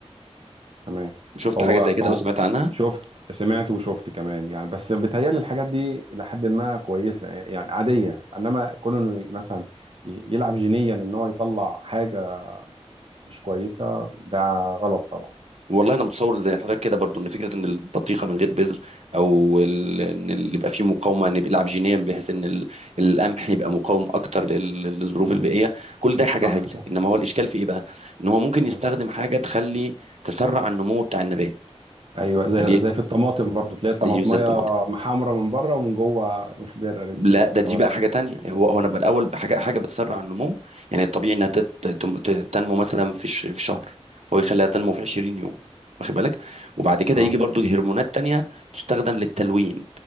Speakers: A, on the right (about 55°); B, on the right (about 75°).
A: تمام
B: شفت
A: هو
B: حاجة زي كده
A: هو
B: او سمعت عنها
A: شفت سمعت وشفت كمان يعني بس بيتهيألي الحاجات دي إلى حد ما كويسة يعني عادية إنما كونه إنه مثلا ي- يلعب جينيا إن هو يطلع حاجة مش كويسة ده غلط طبعا
B: والله انا متصور زي حضرتك كده برضو ان فكره ان البطيخه من غير بذر او ال- ان اللي يبقى فيه مقاومه ان يبقى العبجينيه بحيث ان ال- القمح يبقى مقاوم اكتر لل- للظروف
A: ال-
B: البيئيه كل ده حاجه
A: صح
B: هايله
A: كده
B: انما هو الاشكال في ايه بقى ان هو ممكن يستخدم
A: آه.
B: حاجه تخلي تسرع النمو بتاع النبات
A: ايوه زي
B: فليه
A: زي في الطماطم برضو تلاقي الطماطميه
B: اي زي الطماطم
A: محمره من بره ومن جوه مخضره لسه
B: لا
A: ما
B: ده
A: استوتش
B: دي بقى حاجه تانية هو هو انا بقى الاول بحاجه حاجه بتسرع النمو يعني الطبيعي انها تت- تم- ت- تنمو مثلا في الش- في شهر فهو يخليها تنمو في 20 يوم واخد بالك وبعد كده
A: اه
B: يجي برضو هرمونات تانية تستخدم للتلوين